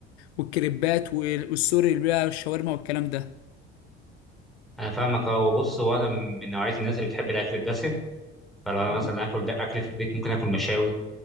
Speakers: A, on the left; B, in the centre.
A: والكريبات وال- والسوري اللي بقى الشاورما والكلام ده
B: انا فاهمك اه وبص هو انا من نوعيه الناس اللي بتحب الاكل الدسم فلو انا
A: مم.
B: مثلا اكل ده اكل في البيت ممكن اكل مشاوي